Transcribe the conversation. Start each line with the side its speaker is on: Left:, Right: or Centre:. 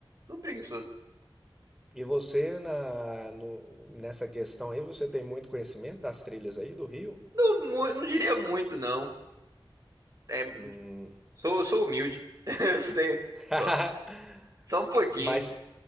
Right: Tudo preguiçoso.
Centre: E você na, no- nessa questão aí, você tem muito conhecimento das trilhas aí do Rio?
Right: Não, mu- não diria muito, não. É,
Centre: Hum.
Right: Sou, sou humilde. <laughs>
Centre: <laughs>
Right: Só, só um pouquinho.
Centre: Mas